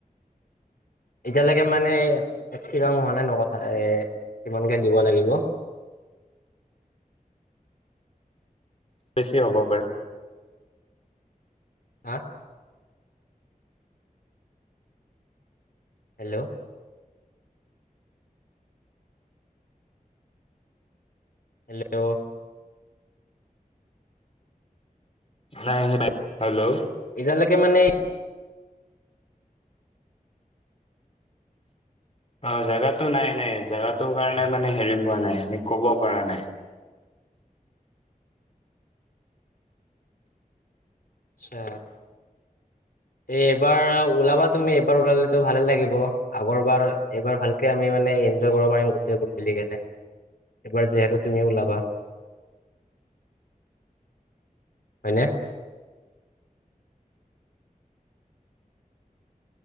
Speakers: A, on the left; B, on the left.
A: এতিয়ালৈকে মানে এক খি ৰং হোৱা নাই ন কথা এ কিমানকে দিব লাগিব।
B: বেছি হ'ব পাৰে।
A: হা। হেল্লো। হেল্লো।
B: নাই ন <unintelligible> হেল্লো।
A: এয়ালৈকে মানে
B: অ', জোগাতটো নাই নাই জোগাটো কাৰণে মানে হেৰি হোৱা নাই আমি কব পৰা নাই।
A: অচ্ছা এইবাৰ ওলাবা তুমি এইবাৰ ওলালো ভালে লাগিব আগৰ বাৰ এইবাৰ ভালকে আমি মানে এনজয় কৰিব পাৰিম গোটব মিলি কেনে এইবাৰ যিহেতু তুমি ওলাবা হয়নে।